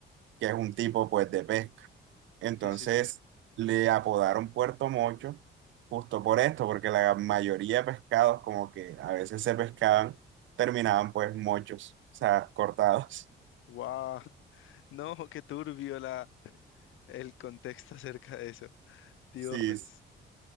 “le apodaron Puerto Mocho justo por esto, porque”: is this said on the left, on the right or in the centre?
Right